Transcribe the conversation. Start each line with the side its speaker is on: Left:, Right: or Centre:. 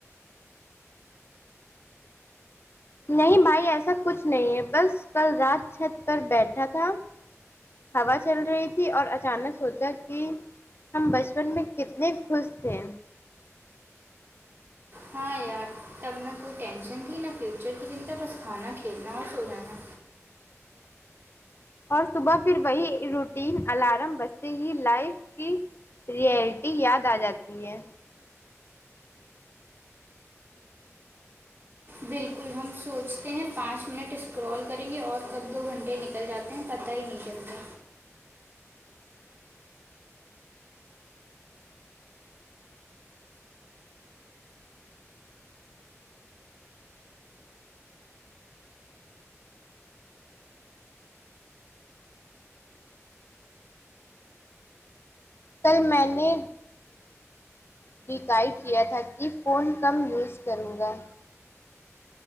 Left: نہیں بھائی ایسا کچھ نہیں ہے بس کل رات چھت پر بیٹھا تھا ہوا چل رہی تھی اور اچانک سوچا کہ ہم بچپن میں کتنے خوش تھے
Right: ہاں یار تب نہ کوئی ٹینشن تھی نہ فیوچر کی جنتا بس کھانا کھیلنا اور سو جانا
Left: اور صبح پھر وہی روٹین الارم بستے ہی لائف کی رئلٹی یاد آ جاتی ہے
Right: بالکل ہم سوچتے ہیں پانچ منٹ اسکرال کریں گے اور کب دو گھنٹے نکل جاتے ت پتاہ ہی نہیں چلتا
Left: کل میں نے ڈیکائیڈ کیا تھا کہ فون کم یوز کروں گا